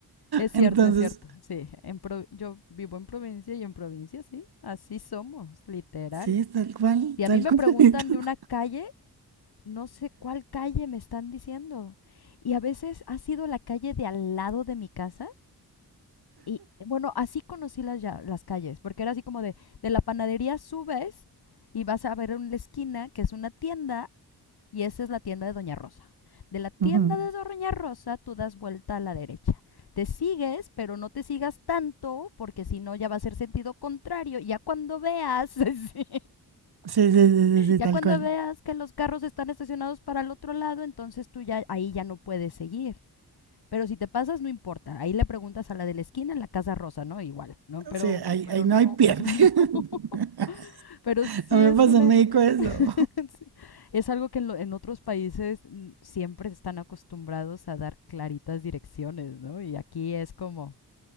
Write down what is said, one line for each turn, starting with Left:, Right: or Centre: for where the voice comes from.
Left: Es cierto,
Right: entonces,
Left: es cierto. Sí, en pro- yo vivo en provincia y en provincia, sí, así somos, literal.
Right: sí, tal cual,
Left: Y a
Right: tal
Left: mí me
Right: cual.
Left: preguntan
Right: <laughs>
Left: de una calle, no sé cuál calle me están diciendo. Y a veces ha sido la calle de al lado de mi casa. Y bueno, así conocí las, ya- las calles, porque era así como de, de la panadería subes y vas a ver en la esquina que es una tienda y esa es la tienda de Doña Rosa. De la tienda
Right: Ujú.
Left: de Doña Rosa tú das vuelta a la derecha. Te sigues, pero no te sigas tanto, porque si no ya va a ser sentido contrario. Ya cuando veas, <laughs> sí.
Right: Sí, sí, sí, sí, sí,
Left: Ya
Right: tal
Left: cuando
Right: cual.
Left: veas que los carros están estacionados para el otro lado, entonces tú ya ahí ya no puedes seguir. Pero si te pasas, no importa. Ahí le preguntas a la de la esquina, en la Casa Rosa, ¿no? Igual, ¿no? Pero,
Right: Sí, ahí,
Left: pero
Right: ahí no hay
Left: no,
Right: pierde.
Left: <laughs> o sea, no.
Right: <laughs>
Left: <laughs> Pero sí
Right: A mí
Left: es
Right: me pasó
Left: una,
Right: en México eso.
Left: <laughs> sí, es algo que en, lo- en otros países mm, siempre están acostumbrados a dar claritas direcciones, ¿no? Y aquí es como,